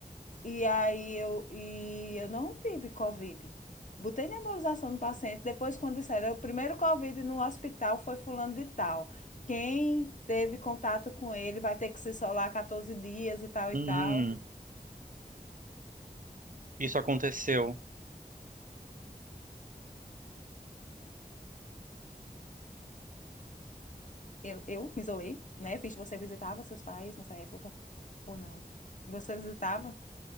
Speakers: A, on the left; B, on the right.
A: E aí eu, e eu não tive Covid. Botei nebulização no paciente. Depois, quando disseram, o primeiro Covid no hospital foi fulano de tal. Quem teve contato com ele vai ter que se isolar 14 dias e tal
B: Uhum,
A: e tal.
B: isso aconteceu.
A: Eu, eu me isolei, né? Fiz, você visitava seus pais nessa época ou não? Você visitava?